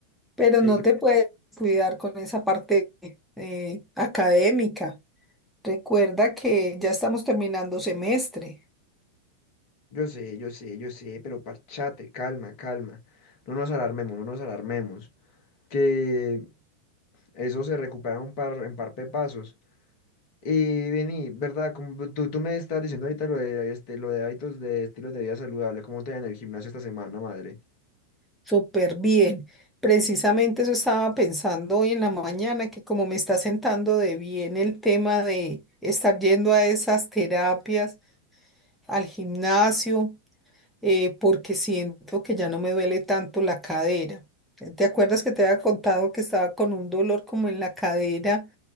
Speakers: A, in the centre; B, on the left.
A: pero
B: eh,
A: no
B: que-
A: te puedes cuidar con esa parte eh, académica. Recuerda que ya estamos terminando semestre.
B: yo sé, yo sé, yo sé, pero parchate, calma, calma. No nos alarmemos, no nos alarmemos. Que eso se recupera un par, en par de pasos. Y vení, ¿verdad? Como tú, tú me estás diciendo ahorita lo de, este, lo de hábitos de estilo de vida saludable, ¿cómo te va en el gimnasio esta semana, madre?
A: Súper bien. Precisamente eso estaba pensando hoy en la mañana, que como me está sentando de bien el tema de estar yendo a esas terapias, al gimnasio, eh, porque siento que ya no me duele tanto la cadera. ¿Te acuerdas que te había contado que estaba con un dolor como en la cadera